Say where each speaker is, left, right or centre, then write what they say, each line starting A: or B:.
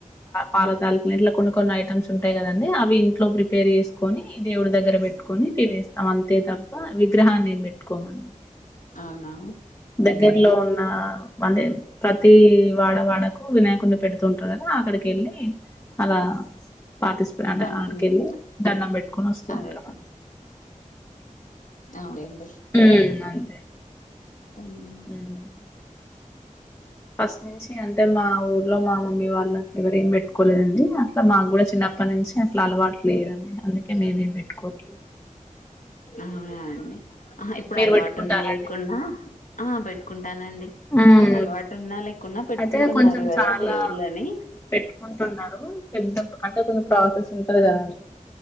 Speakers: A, on the left; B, on the left.
A: పారతాలలు ఇట్లా కొన్ని కొన్ని ఐటమ్స్ ఉంటాయి కదండి అవి ఇంట్లో ప్రిపేర్ చేసుకొని దేవుడి దగ్గర దగ్గర పెట్టుకొని తినేస్తాం అంతే తప్ప విగ్రహాన్ని ఎమ్ పెట్టుకోమండి
B: అవునా?
A: దగ్గరలో ఉన్న ఆ వందే ప్రతి వాడ వాడ కు వినాయకుడిని పెడుతతు ఉంటారు కదా అక్కడికి నీ అలా పాతిసుక్
B: దన్
A: ఆడికెళ్ళి
B: హ్మ్.
A: దండం పెట్టుకొని వస్తూ
B: అదే
A: ఉంటాం అంతె
B: అవన్ ఆడ్
A: ఉమ్మ్ అంతే
B: ఉమ్
A: మ్మ్ ఫస్ట్ నుంచి అంటే మా ఊర్లో మా మమ్మీ వాళ్ళు అ ఎవరు ఏం పెట్టుకోలేదండి అట్లా మాకు కూడా చిన్నప్పటి నుంచి అట్లా అలవాటు లేదండి అందుకే మేమేం పెట్టుకోమ్
B: అవునా అండి ఆ ఇప్పుడు
A: మీరు
B: అలవాటు
A: పెట్టుకుంటారా
B: ఉన్నా లేకున్నా
A: అండి
B: ఆ పెట్టుకుంట్ టానండి
A: మ్మ్
B: అలవాటు ఉన్నా లేకున్నా పెట్టుకుంటున్నారు
A: అయితే కొంచెం
B: గదా
A: చాలా
B: దేవుళ్ళని.
A: పెట్టుకుంటున్నారు పెద్ ఇంత పాంట కొంచెం ప్రాసెస్ ఉంటంది కదాండి